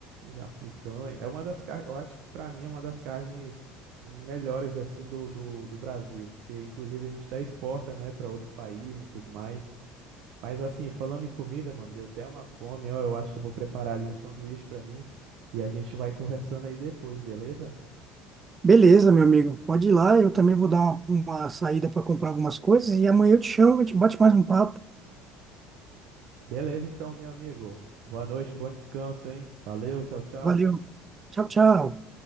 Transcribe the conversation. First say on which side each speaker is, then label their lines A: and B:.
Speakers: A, on the right; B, on the right.
A: A picanha. É uma das carnes, eu acho que pra mim é uma das carnes melhores, assim, do, do, do Brasil. Porque, inclusive, a gente até exporta, né, para outros países e tudo mais. Mas, assim, falando em comida, mano, deu até uma fome, ó. Eu acho que eu vou preparar ali um sanduíche pra mim e a gente vai conversando aí depois, beleza?
B: Beleza, meu amigo. Pode ir lá, eu também vou dar uma, uma saída para comprar algumas coisas e amanhã eu te chamo, a gente bate mais um papo.
A: Beleza, então, meu amigo. Boa noite, bom descanso, hein? Valeu, tchau, tchau.
B: Valeu. Tchau, tchau.